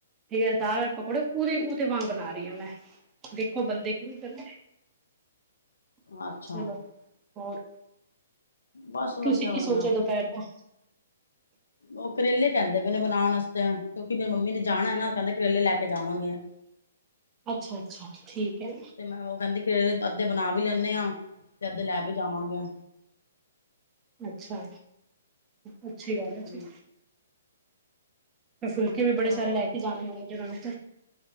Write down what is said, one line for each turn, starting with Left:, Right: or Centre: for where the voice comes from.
Right: ਠੀਕ ਦਾਲ। ਪਕੋੜੇ ਪੂਰੇ ੳਦੇ ਵਾਂਗ ਬਣਾ ਰਈ ਆ ਮੈਂ ਦੇਖੋ ਬੰਦੇ ਕੀ ਕਰਦੇ
Left: ਅੱਛਾ
Right: ਚਲੋ ਹੋਰ।
Left: ਬਸ ਵਧੀਆ
Right: ਤੁਸੀਂ ਕੀ
Left: ਵਧੀਆ
Right: ਸੋਚਿਆ ਦੁਪਹਿਰ ਦਾ।
Left: ਓ ਕਰੇਲੇ ਕੇਣਦੇ ਪੇ ਨੇ ਬਣਾਣ ਵਾਸਤੇ ਕਿਉਂਕਿ ਮੇਰ ਮੰਮੀ ਨੇ ਜਾਣਾ ਏ ਨਾ ਕੇਂਦੇ ਕਰੇਲੇ ਲੈ ਕੇ ਜਾਵਾਂਗੇ।
Right: ਅੱਛਾ-ਅੱਛਾ ਠੀਕ ਏ।
Left: ਤੇ ਮੈਂ ਉਹ ਕਹਿੰਦੀ। ਫਿਰ ਅੱਧੇ ਬਣਾ ਵੀ ਲੈਣੇ ਆ ਤੇ ਅੱਧੇ ਲੈ ਵੀ ਜਾਵਾਂਗੇ।
Right: ਅੱਛਾ, ਅੱਛੀ ਗੱਲ
Left: ਹਮ
Right: ਏ ਜੀ। ਤੇ ਫੁਲਕੇ ਵੀ ਬੜੇ
Left: ਚਲੋ
Right: ਸਾਰੇ
Left: ਹੋਰ
Right: ਲੈ ਕੇ ਜਾਣੇ ਹੋਣਗੇ ਉਨਾਂ ਨੇ।